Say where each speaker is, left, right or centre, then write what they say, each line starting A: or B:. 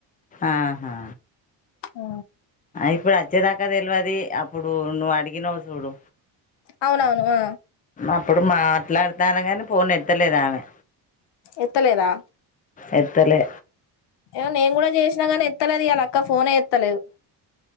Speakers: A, on the left; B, on the left.
A: ఆహా
B: ఆ
A: ఇప్పుడు వచ్చేదాకా తెల్వది. అప్పుడు నువ్వు అడిగినవవు చూడు.
B: అవును అవును ఆ
A: అప్పుడు మాట్లాడతాన కాని ఫోన్ ఎత్తలేదు ఆమె
B: ఎత్తలేదా
A: ఎత్తలే
B: ఏమో నేను కూడా చేసినా గానీ ఎత్తలేదు ఇయాల అక్క ఫోనే ఎత్తలేదు